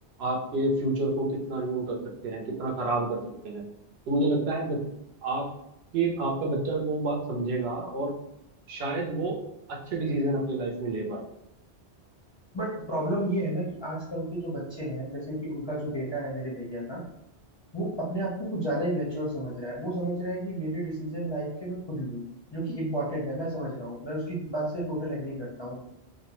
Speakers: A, on the right; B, on the left.
A: आपके फ्यूचर को कितना रूइन कर सकते हैं कितना खराब कर सकते हैं तो मुझे लगता है बच- आपके आपका बच्चा वो बात समझेगा और शायद वो अच्छे डिसीजन अपनी लाइफ में ले पाएगा
B: बट प्रॉब्लम ये है ना कि आजकल के जो बच्चे हैं जैसे कि उनका जो बेटा है मेरे भैया का वो अपने आप को कुछ ज्यादा ही मैच्योर समझ रहा है वो समझ रहा है कि मेरे डिसीजन लाइफ के मैं खुद लूँ जो कि इम्पोर्टेंट है मैं समझ रहा हूँ मैं उसकी बात से टोटल एग्री करता हूँ